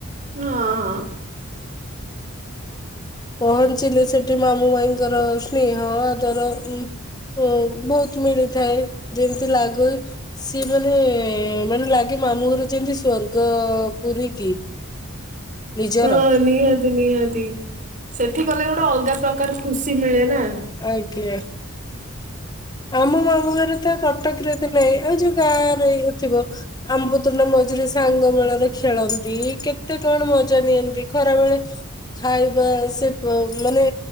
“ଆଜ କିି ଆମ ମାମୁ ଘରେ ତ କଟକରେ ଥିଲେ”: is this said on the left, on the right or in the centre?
Left